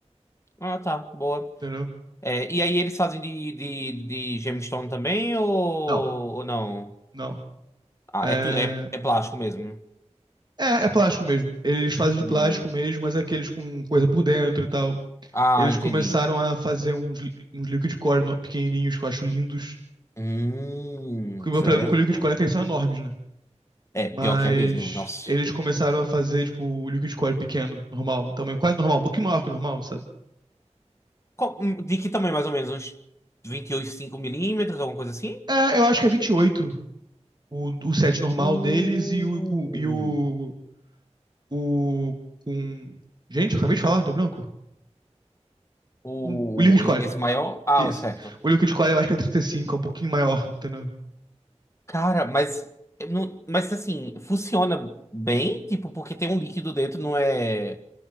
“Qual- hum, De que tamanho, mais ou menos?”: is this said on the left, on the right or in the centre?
Left